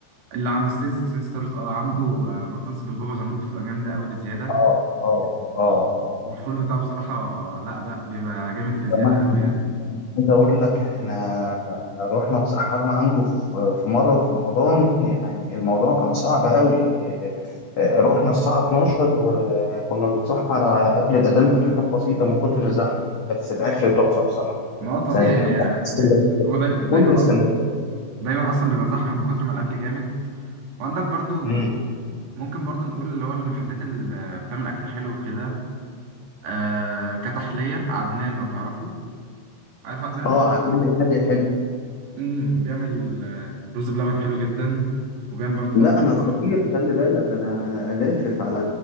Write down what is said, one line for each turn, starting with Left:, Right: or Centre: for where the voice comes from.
Right: اللي عند ستيت ستيت ستارز اه عنده آه، بطاطس بالبابا غنوج بتبقى جامدة قوي بزيادة
Left: اه اه اه آه.
Right: والفول بتاعه بصراحة لا لا بيبقى جامد
Left: كمان
Right: بزيادة قوي يعني
Left: عايز أقول لك إحنا رحنا اتسحرنا عنده في في مرة في رمضان يعني الموضوع كان صعب أوي آه، رحنا الساعة 12 كنا بنتسحر على قبل الأذان بحاجات بسيطة من كتر الزحمة بس الأكل تحفة بصراحة
Right: ما هو طبيعي
Left: سندوتشات-
Right: يعني آه، هو داي- دايما
Left: كل السندوتشات
Right: اصلا دايما اصلا بيبقى زحمه من كتر ما الاكل جامد وعندك برضو
Left: مم.
Right: ممكن برضو نقول اللي هو المحلات اللي بتعمل اكل حلو وكده آه كتحليه عدنان لو تعرفه عارف عدنان
Left: اه عاملين لي حل حلو
Right: امم بيعمل آه، رز بلبن حلو جدا وبيعمل برضو
Left: لا
Right: الايس كريم
Left: انا
Right: بتاعه
Left: خطير
Right: لذيذ
Left: خلي بالك انا لافف على